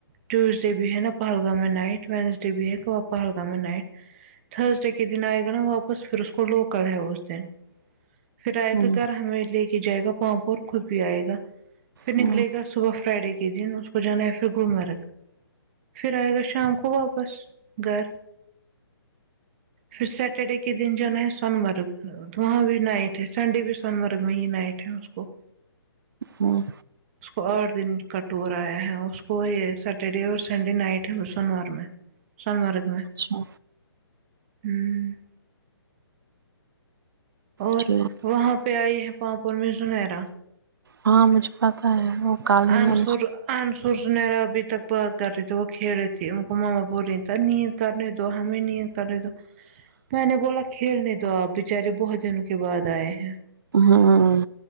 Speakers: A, on the right (about 30°); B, on the right (about 55°).
A: ٹیوزڈے بھی ہے نا پہلگام میں نائٹ وینزڈے بھی ہے پہلگام میں نائٹ تھرزڈے کے دن آئے گا نا واپس پھر اس کو لوکل ہے اس دن پھر آئے
B: ہمم
A: گا گھر ہمیں لے کے جائے گا پاں پ اور خود بھی آئے گا پھر
B: ہمم
A: نکلے گا صبح فرائیڈے کے دن کو جانا ہے پھر گلمرگ پھر آئے گا شام کو واپس گھر پھر سٹرڈے کے دن جا نا ہے سونمرگ وہاں بھی نائٹ ہے سنڈے بھی سونمرگ میں ہی نائٹ ہے اس کو
B: اور
A: اس کو آٹھ دن ک ٹور آیا ہے اس کو یہ سیٹرڈے اور سنڈے نائٹ ہے سونمرگ سونمرگ میں
B: اچھا
A: ہوں اور
B: ٹھیک
A: وہاں پہ آئی ہے پاپور میں زنیرا
B: ہاں مجھے پتا ہے وہ کال ہی
A: انصر
B: میں
A: انصر زنیرا ابھی تک بات کر رہی تھی وہ کھیڑے تھے ان کو ماما بول رہ تھا نیند کرنے تو ہمیں نہیں کر رہے تو میں نے بولا کھیلنے دو آپ بچارے بہت دن کے بعد آئے ہیں
B: امم